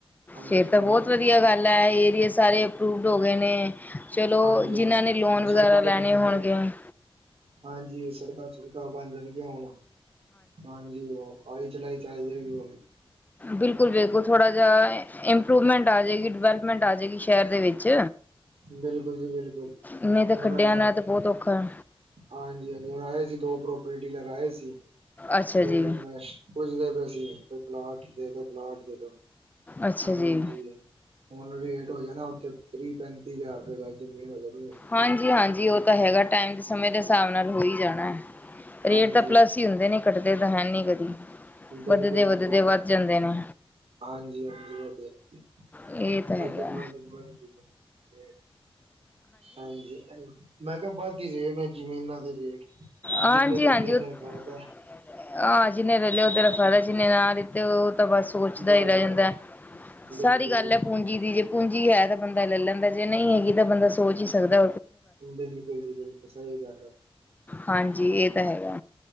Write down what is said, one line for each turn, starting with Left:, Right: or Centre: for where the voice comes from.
Right: ਹੁਣ
Left: ਫੇਰ
Right: ਦੇਖੋ
Left: ਤਾਂ ਬੋਤ ਵਦੀਆ ਗੱਲ ਐ ਏਰੀਏ ਸਾਰੇ ਅਪਰੂਵਡ ਹੋ ਗਏ ਨੇ। ਚਲੋ
Right: ਹਾਂਜੀ
Left: ਜਿਨਾਂ
Right: ਹਾਂਜੀ
Left: ਨੇ ਲੋਨ
Right: ਹੁਣ
Left: ਵਗੈਰਾ
Right: ਸੜਕਾਂ
Left: ਲੈਣੇ
Right: ਤੇ ਬਣਨਗੀਆਂ
Left: ਹੋਣਗੇ ਹੁਨ
Right: ਹਾਂਜੀ ਸੜਕਾ-ਸੁੜਕਾ ਬਣ ਜਾਣਗੀਆਂ ਹੁਨ, ਹਾਂਜੀ ਓ ਆਈ-ਚਲਾਈ ਚਲ ਜਾਏਗੀ ਹੁਨ।
Left: ਬਿਲਕੁਲ- ਬਿਲਕੁਲ, ਥੋੜ੍ਹਾ ਜਿਆ ਇੰਪਰੂਵਮੈਂਟ ਆ ਜੇਗੀ ਡਵੈਲਪਮੈਂਟ ਆ ਜੇਗੀ ਸ਼ੈਰ ਦੇ ਵਿੱਚ।
Right: ਬਿਲਕੁਲ ਜੀ ਬਿਲਕੁਲ
Left: ਨਈ ਤਾ
Right: ਹੁਣ
Left: ਖੱਡਿਆ ਨਾਲ ਤੇ ਬੌਤ ਔਖਾ।
Right: ਹਾਂਜੀ- ਹਾਂਜੀ ਹੁਣ ਆਏ ਸੀ ਦੋ ਪ੍ਰੋਪਰਟੀ ਡੀਲਰ ਆਏ ਸੀ ਤੇ
Left: ਅੱਛਾ ਜੀ
Right: ਮ ਪੁੱਸ਼ਦੇ ਪਏਸੀ ਕੋਈ ਪਲਾਟ ਦੇ ਦੋ ਪਲਾਟ ਦੇ ਦੋ
Left: ਅੱਛਾ
Right: ਹਾਂਜੀ।
Left: ਜੀ
Right: ਹੁਨ ਰੇਟ ਹੋ ਜਾਣਾ ਓਥੇ ਤ੍ਰਿ - ਪੈਂਤੀ ਹਜ਼ਾਰ ਰਪਏ ਗਜ। ਜ਼ਮੀਨ ਹੋ ਜਾਣੀ ਹੈ
Left: ਹਾਂਜੀ -ਹਾਂਜੀ ਓ ਤਾਂ ਹੈਗਾ ਟਾਈਮ ਸਮੇਂ ਦੇ ਸਾਬ ਨਾਲ ਹੋ ਈ ਜਾਣਾ ਐ ਰੇਟ
Right: ਹਾਂਜੀ
Left: ਤਾਂ ਪਲੱਸ
Right: ਹਾਂਜੀ
Left: ਈ ਹੁੰਦੇ ਨੇ। ਘੱਟਦੇ ਤਾਂ ਹੈਨੀ ਕਦੀ
Right: ਬਿਲਕੁਲ
Left: ਵੱਧਦੇ- ਵੱਧਦੇ
Right: ਜੀ ਬਿਲਕੁਲ
Left: ਵੱਧ ਜਾਂਦੇ ਨੇ।
Right: ਹਾਂਜੀ- ਹਾਂਜੀ ਓ ਤੇ ਹੈਈ ਐ
Left: ਇਹ ਤਾਂ ਹੈਗਾ
Right: ਵੱਧਦੇ ਵੱਧਦੇ ਵੱਧ ਈ ਜਾਂਦੇ ਰੇਟ। ਹਾਂਜੀ ਮੈਂ ਕਿਆ ਵੱਧ ਈ ਗਏ ਜ਼ਮੀਨਾਂ ਦੇ ਰੇਟ।
Left: ਹਾਂਜੀ
Right: ਜਿੰਨੇ ਲੱਲੇ
Left: -ਹਾਂਜੀ
Right: ਨੇ
Left: ਅ
Right: ਫਾਇਦਾ
Left: ਜਿਨੇ ਲੇ ਲੇ ਉਦਾ ਤੇ ਫੈਦਾ ਜਿਨੇ ਨਾ ਤੇ ਓ ਤਾਂ ਬਸ ਸੋਚਦਾ
Right: ਬਸ
Left: ਈ ਰੈ
Right: ਬਸ
Left: ਜਾਂਦਾ ਏ
Right: ਬਿਲਕੁਲ
Left: ਸਾਰੀ ਗੱਲ
Right: ਜੀ ਬਿਲਕੁਲ
Left: ਐ ਪੂੰਜੀ ਦੀ ਜੇ ਪੂੰਜੀ ਹੈ ਤੇ ਬੰਦਾ ਲੈ ਲੈਂਦਾ ਜੇ ਨਈ ਹੈਗੀ ਤਾਂ ਬੰਦਾ ਸੋਚ ਈ ਸਕਦੈ।
Right: ਬਿਲਕੁਲ ਜੀ ਬਿਲਕੁਲ ਸਈ ਗੱਲ ਐ।
Left: ਹਾਂਜੀ ਏ ਤਾ ਹੈਗਾ।